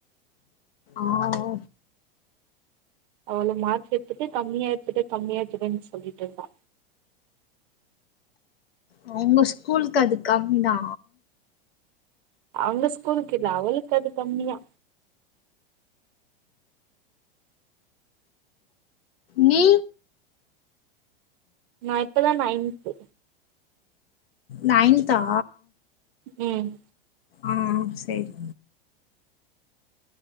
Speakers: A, on the left (about 80°); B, on the right (about 60°).
A: ஆவோ
B: அவ்ளே மார்க் எடுத்துட்டு கம்மியா எடுத்துட்டே கம்மியா எடுத்துட்டேனு சொல்லிட்டு இருக்கா
A: அவுங்க ஸ்கூலுக்கு அது கம்மிதா
B: அவங்க ஸ்கூலுக்கு இல்ல அவளுக்கு அது கம்மியா.
A: நீ
B: நா இப்பதா நைன்த்து
A: நைன்த்தா
B: ம்
A: ஆ சேரி.